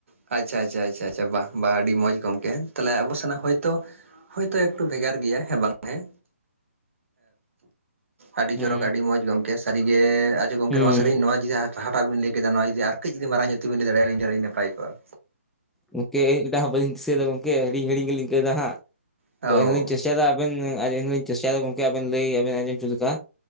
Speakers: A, on the right (about 65°); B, in the centre.
A: ᱟᱪᱪᱷᱟ ᱟᱪᱪᱷᱟ ᱟᱪᱪᱷᱟ ᱵᱟᱝ ᱟᱹᱰᱤ ᱢᱚᱸᱡᱽ ᱜᱚᱢᱠᱮ ᱛᱟᱦᱚᱞᱮ ᱟᱵᱚ ᱥᱮᱱᱟᱜ ᱦᱚᱭᱛᱳ ᱦᱳᱭᱛᱳ ᱮᱠᱴᱩ ᱵᱷᱮᱜᱟᱨ ᱜᱮᱭᱟ ᱦᱮᱸ ᱵᱟᱝ ᱦᱮᱸ ᱟᱹᱰᱤ
B: ᱦᱩᱸ
A: ᱪᱚᱨᱚᱠ ᱟᱹᱰᱤ ᱢᱚᱸᱡᱽ ᱜᱚᱢᱠᱮ ᱥᱟᱹᱨᱤᱜᱮ ᱟᱪᱪᱷᱟ ᱜᱚᱝᱠᱮ
B: ᱦᱩᱸ
A: ᱱᱚᱣᱟ ᱥᱟᱹᱨᱤ ᱱᱚᱣᱟ ᱡᱟᱦᱟᱸ ᱴᱟᱜ ᱵᱤᱱ ᱞᱟᱹᱭ ᱠᱮᱫᱟ ᱱᱚᱣᱟ ᱡᱩᱫᱤ ᱟᱨᱠᱟ. ᱡ ᱡᱩᱫᱤ ᱢᱟᱨᱟᱝᱚᱜ ᱛᱮᱵᱤᱱ ᱞᱟᱹᱭ ᱫᱟᱲᱮ ᱟᱹᱞᱤᱧ ᱠᱷᱟᱱ ᱱᱟᱯᱟᱭ ᱠᱚᱜᱼᱟ
B: ᱜᱚᱝᱠᱮ ᱢᱤᱫᱴᱟᱝ ᱵᱟ. ᱞᱤᱧ ᱫᱤᱥᱟᱹᱭᱮᱫᱟ ᱜᱚᱢᱠᱮ ᱦᱤᱲᱤᱧ ᱦᱤᱲᱤᱧ ᱜᱮᱞᱤᱧ ᱟ. ᱭᱠᱟᱹᱭ ᱮᱫᱟ ᱦᱟᱸᱜ
A: ᱚ
B: ᱮᱱᱦᱚᱸᱞᱤᱧ ᱪᱮᱥᱴᱟᱭ ᱮᱫᱟ ᱟᱵᱮᱱ ᱟ. ᱞᱤᱧ ᱪᱮᱥᱴᱟᱭᱮᱫᱟ ᱜᱚᱝᱠᱮ ᱟᱵᱮᱱ ᱞᱟᱹᱭ ᱟᱵᱤᱱ ᱟᱸᱡᱚᱢ ᱪᱚ ᱞᱮᱠᱟ